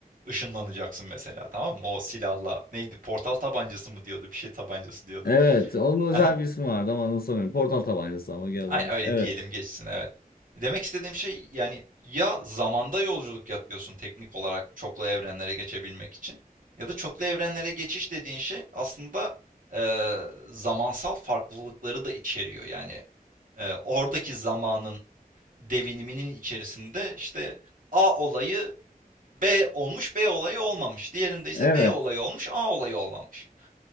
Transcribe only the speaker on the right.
ışınlanacaksın mesela, tamam mı? O silahla neydi, portal tabancası mı diyordu, bir şey tabancası diyordu.
Hı
Aynen
öyle
diyelim geçsin, evet. Demek istediğim şey, yani ya zamanda yolculuk yapıyorsun teknik olarak çoklu evrenlere geçebilmek için ya da çoklu evrenlere geçiş dediğin şey aslında, eee, zamansal farklılıkları da içeriyor. Yani, eee, oradaki zamanın deviniminin içerisinde, işte, A olayı B olmuş, B olayı olmamış. Diğerinde ise
B olayı olmuş, A olayı olmamış.